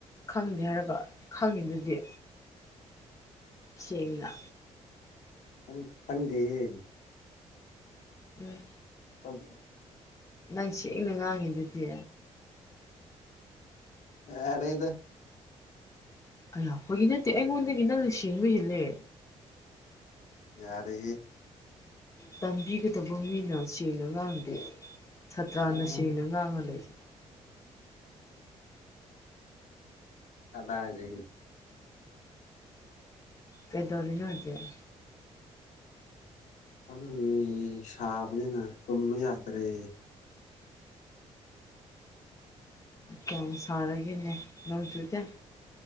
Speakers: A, on the left (about 25°); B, on the left (about 85°).
A: ꯈꯪꯗꯦ ꯍꯥꯏꯔꯒ ꯈꯪꯉꯤꯗꯨꯗꯤ ꯆꯦꯡꯅ
B: ꯈꯡ ꯈꯡꯗꯦꯍꯦ
A: ꯎꯝ
B: <unintelligible>
A: ꯅꯪ ꯁꯦꯡꯅ ꯉꯥꯡꯉꯤꯗꯨꯗꯤ
B: ꯌꯔꯦꯗꯥ
A: ꯑꯌꯥ ꯐꯥꯒꯤ ꯅꯠꯇꯦ ꯑꯩꯉꯣꯟꯗꯒꯤ ꯅꯪꯅ ꯁꯦꯡꯕ ꯍꯦꯜꯂꯦ
B: ꯌꯔꯦꯍꯦ
A: ꯇꯝꯕꯤꯒꯗꯧꯕ ꯃꯤꯅ ꯁꯦꯡꯅ ꯉꯥꯡꯗꯦ ꯁꯥꯇ꯭ꯔꯥꯅ ꯁꯦꯡꯅ ꯉꯥꯡꯉ ꯂꯩ
B: ꯀꯗꯥꯏꯗꯒꯤ
A: ꯀꯩꯗꯧꯔꯤꯅꯣ ꯍꯧꯖꯤꯛ
B: ꯐꯝꯃꯤꯌꯦ ꯁꯥꯥꯕꯅꯤꯅ ꯇꯨꯝꯃ ꯌꯥꯗꯔꯦ
A: ꯀꯌꯥꯝ ꯁꯥꯔꯒꯦꯅꯦ ꯅꯣꯡ ꯆꯨꯗꯦ